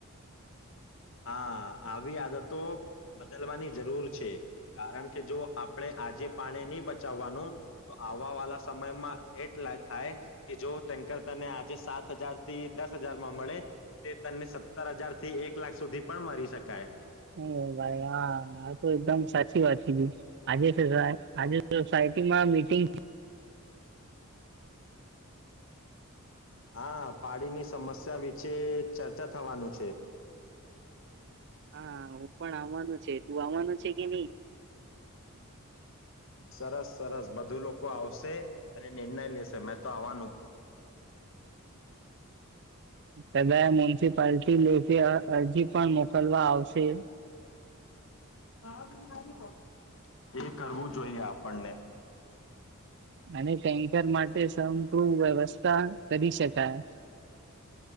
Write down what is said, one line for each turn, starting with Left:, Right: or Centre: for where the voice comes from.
Left: હા આવી આદતો બદલવાની જરૂર છે કારણ કે જો આપણે આજે પાણી ની બચાવવાનું તો આવ આ વાલા સમયમાં એટલા જ થાય કે જો ટેન્કર તને આજે સાત હજાર થી દસ હજારમાં મળે તે તને સત્તર હજાર થી એક કેલાક સુધી પણ મરી શકાય
Right: ઓ ભાઈ હા હ તો એકદમ સાચી વાત કીધી આજે છે સા આજે સટીમાં મીટંગ
Left: હા પાડીની સમસ્યા વિશેે ચર્ચા થવાનું છે
Right: હા હું પણ આવવાનું છે તું આવવાનું છે કે ની
Left: સરસ સરસ બધું લોકો આવશે અને નિર્ણય લેશે મેં તો આવાનો
Right: <unintelligible> પાર્ટી <inaudible> અરજી પણ મોકલવા આવશે
Left: <unintelligible> એ કરવું જોઈએ આપણને
Right: <unintelligible> ચર માટે <unintelligible> વ્યવસ્થા કરી શકાય